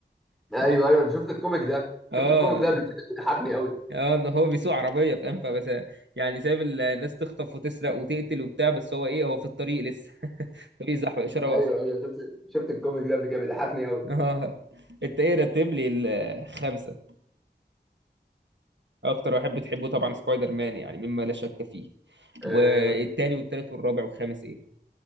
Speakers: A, in the centre; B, on the right (about 80°).
A: ايوه
B: هو-
A: ايوه انا شفت الكوميك ده
B: اه
A: شفت الكوميك ده قبل كده بيضحكني قوي <laughs>
B: اه ان هو بيسوق عربية فاهم فبس يعني سايب الناس تخطف وتسرق وتقتل وبتاع بس هو ايه هو في الطريق لسه <laughs> الطريق زحمة الإشارة
A: ايوه
B: واقفة
A: ايوه شفت شفت الكوميك ده قبل كده بيضحكني قوي
B: اه انت ايه رتب لي الخمسه اكتر واحد بتحبه طبعا سبايدر مان يعني مما لا شك فيه
A: آه
B: والتاني والتالت والرابع والخامس ايه